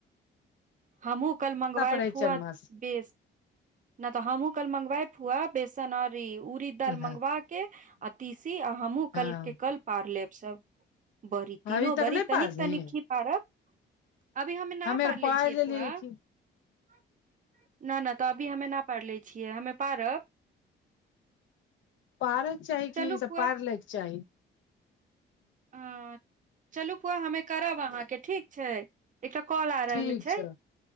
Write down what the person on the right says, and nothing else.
हमहूँ कली मंगवायब
फुआ
बेस नहि तऽ हमहुँ काल मंगवाय फुआ बेसन अर ई उरी दाल
मंगवा के आ तीसी आ हमहूँ
कल के कल पार लेब सब। बरी तीनो
बरी
तनिक
तनिक खी पारबीबी अभी हमना
पारले
छियै
फुआ नही
नहि तऽ अ अभी हमे ना पारले छियै हमे पारब
चलू
फुआ
अ चलू फूआ हमे करब अहाँके ठीक छैय। एकटा कॉल आ रहल
छैय